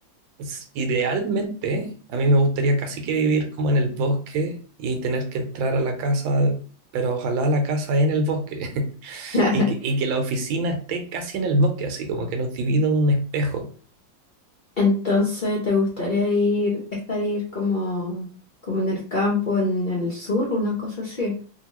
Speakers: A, on the right; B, on the left.
A: s- idealmente a mí me gustaría casi que vivir como en el bosque y tener que entrar a la casa, pero ojalá la casa en el bosque <laughs>
B: <laughs>
A: y que, y que la oficina esté casi en el bosque, así como que nos divida un espejo.
B: Entonces, ¿te gustaría ir, estar ir como, como en el campo, en el sur, una cosa así?